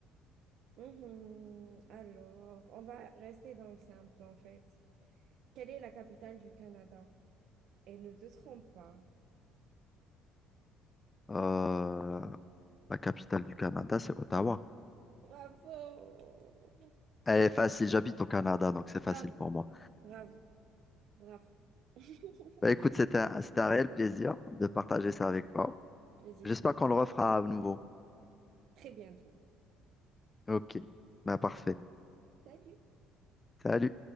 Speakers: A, on the right; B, on the left.
A: Mhm. Alors, on va rester dans le simple en fait. Quelle est la capitale du Canada? Et ne te trompe pas.
B: Euh, la capitale du Canada, c'est Ottawa.
A: Bravo!
B: Elle est facile, j'habite au Canada, donc c'est facile
A: Bravo,
B: pour moi.
A: bravo, bravo. <laughs>
B: Bah écoute, c'était un, c'était un réel plaisir de partager ça avec toi.
A: Plaisir
B: J'espère
A: partagé.
B: qu'on le refera à nouveau.
A: Très bientôt.
B: Ok, bah parfait.
A: Salut!
B: Salut.